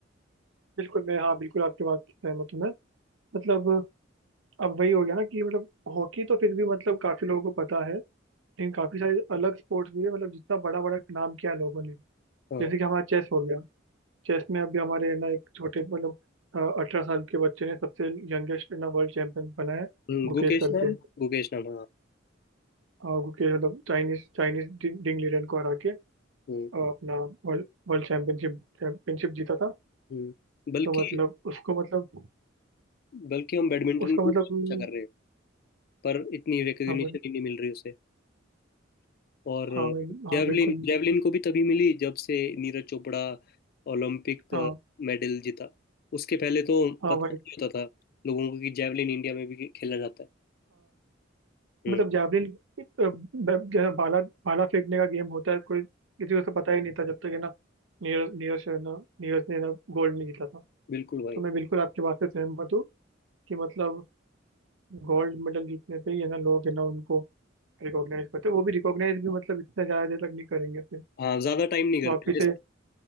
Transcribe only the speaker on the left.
हाँ
हम्म,
गुकेश
नाम गुकेश नाम हाँ
हम्म
हम्म बल्कि
बल्कि हम बैडमिंटन
में भी
अच्छा
कर रहे हैं पर इतनी रिकग्निशन
ही नहीं मिल रही उसे और
जेवलिन
जेवलिन को भी तभी मिली जब से नीरज चोपड़ा ओलंपिक
मेडल जीता उसके पहले तो
पता
नहीं होता था लोगों को कि जेवलिन इंडिया में भी खेला जाता है हम्म
बिल्कुल भाई
हाँ ज्यादा टाइम नहीं करते
जैसे